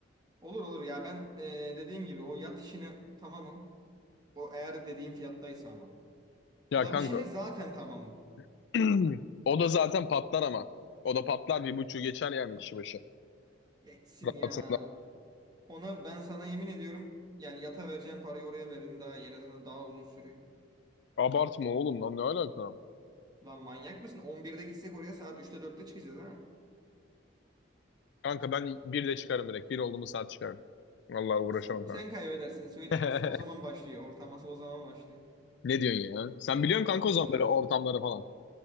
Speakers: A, on the right (about 20°); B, on the left (about 60°).
A: Olur olur ya ben e, dediğim gibi o yat işine tamamım. O eğer dediğim fiyattaysa ama.
B: Ya
A: Klab
B: kanka
A: işine zaten tamamım.
B: <clears throat> o da zaten patlar ama. O da patlar bir buçuğu geçer yani kişi başı.
A: Geçsin
B: Rahatında.
A: ya. Ona ben sana yemin ediyorum yani yata vereceğim parayı oraya veririm daha iyi. En azından daha uzun sürüyor.
B: Abartma oğlum lan ne alaka?
A: Lan manyak mısın? 11'de gitsek oraya saat 3'te 4'te çıkacağız ha.
B: Kanka ben bir de çıkarım direkt. Bir oldu mu saat çıkarım. Vallahi
A: Yani
B: uğraşamam
A: sen, sen kaybedersin söyleyeyim.
B: kanka.
A: Asıl o zaman
B: <laughs>
A: başlıyor. Ortam asıl o zaman başlıyor.
B: Ne diyorsun ya? Sen biliyorsun kanka
A: Tabii
B: o zaman
A: oğlum.
B: böyle ortamları falan.